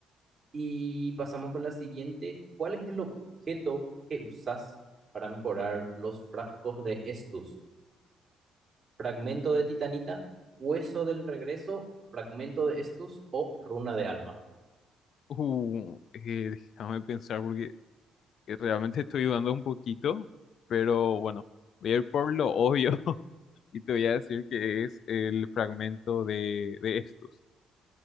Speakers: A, on the right; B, on the left.
A: Y pasamos con la siguiente. ¿Cuál es el objeto que usas para mejorar los frascos de Estus? ¿Fragmento de titanita? ¿Hueso del regreso? ¿Fragmento de Estus o runa de alma?
B: Uh, eh, déjame pensar porque eh, realmente estoy dudando un poquito, pero bueno, voy a ir por lo obvio. y te voy a decir que es el fragmento de, de estos.